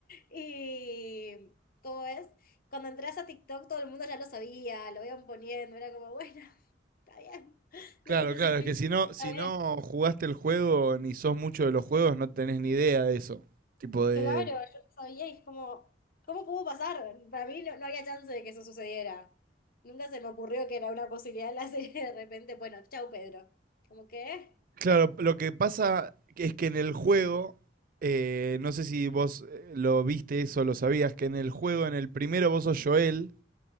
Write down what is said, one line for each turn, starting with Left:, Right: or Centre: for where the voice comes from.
Left: Y, ¿cómo es? Cuando entras a TikTok todo el mundo ya lo sabía, lo iban poniendo, era como, bueno, está bien,
Right: Claro,
Left: déjenme
Right: claro,
Left: sufrir.
Right: es que si no,
Left: una
Right: si
Left: vez.
Right: no jugaste el juego ni sos mucho de los juegos, no tenés ni idea de eso. Tipo de...
Left: Claro, yo no sabía y es como, ¿cómo pudo pasar? Para mí no, no había chance de que eso sucediera. Nunca se me ocurrió que era una posibilidad la <laughs> serie de repente, bueno, chau Pedro. Como que,
Right: Claro, lo que pasa es que en el juego, eh, no sé si vos eh, lo viste eso, lo sabías, que en el juego, en el primero vos sos Joel